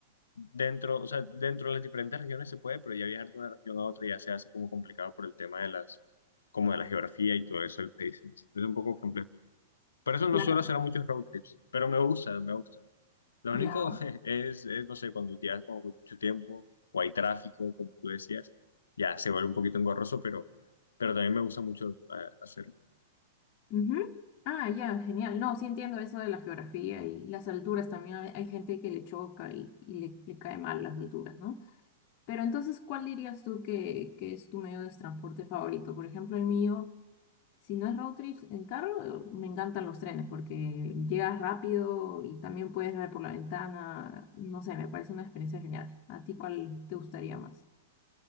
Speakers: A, on the left; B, on the left.
A: dentro, o sea, dentro de las diferentes regiones se puede, pero ya viajar de una región a otra ya se hace como complicado por el tema de las, como de la geografía y todo eso del país. Es, es un poco complejo. Por eso no
B: Claro,
A: suelo hacer muchos road trips, pero me gusta, me gusta. Lo único
B: ya.
A: <laughs> es, es, no sé, cuando tienes como que mucho tiempo o hay tráfico, como tú decías, ya se vuelve un poquito engorroso, pero, pero también me gusta mucho eh, hacerlo.
B: Ujú. Ah, ya, genial. No, sí entiendo eso de la geografía y las alturas también. Hay, hay gente que le choca y, y le, le cae mal las alturas, ¿no? Pero entonces, ¿cuál dirías tú que, que es tu medio de transporte favorito? Por ejemplo, el mío, si no es road trip en carro, eh, me encantan los trenes porque llegas rápido y también puedes ver por la ventana. No sé, me parece una experiencia genial. ¿A ti cuál te gustaría más?